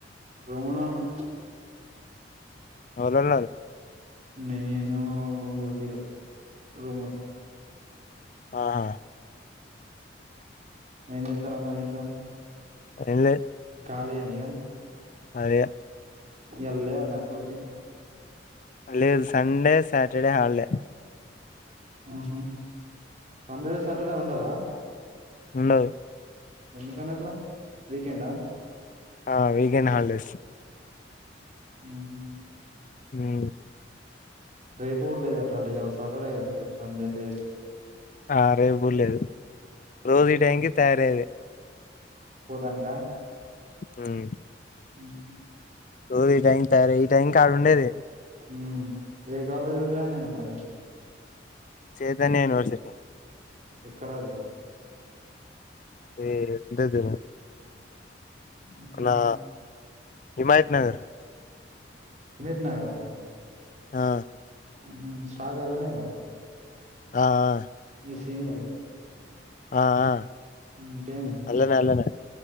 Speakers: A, on the right; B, on the left.
A: రూములోనున్నా
B: ఓలోలున్నారు
A: నేను ఇగో గీల్లు రూమోలు
B: ఆహా
A: ఎంజేతన మరింకా
B: ఏం లే
A: కాలి గనియ
B: అదే
A: ఇయళ లేద మరి కోచింగ్
B: లేదు సండే సాటర్డే హల్డే
A: ఆహ సండే సాటర్డే ఉండదా
B: ఉండదు
A: ఎందుకన్నట్లా వీకెండా
B: ఆహత వకేండాలిడేస్
A: ఆహు
B: హూ
A: రేపు లేదు అట్లాంటే ఇయలా సాటర్డేక రేపు సండే లేదు
B: ఆ రేపుగు లేదు రోజుడి టైంకి తయారయది
A: పోతానికా
B: ఉహ్
A: హుహ్
B: రోజు ఈ టైం తయారి ఈ టైం కాడుండేది
A: ఆహ్ ఏ కలేజ్ల జయినైనవు మరి
B: చైతన్య యూనివర్సిటీ
A: ఎక్కడది
B: ఏ ఎండది
A: ఉహు
B: నా హిమయత్ నగర్
A: హిమయత్ నగరా
B: ఆ
A: మ్ శ్రావ్య అల్లనేగా
B: ఆ అ
A: సీనియరు
B: ఆ ఆ
A: ఇంకేంది
B: అల్లనే అల్లనే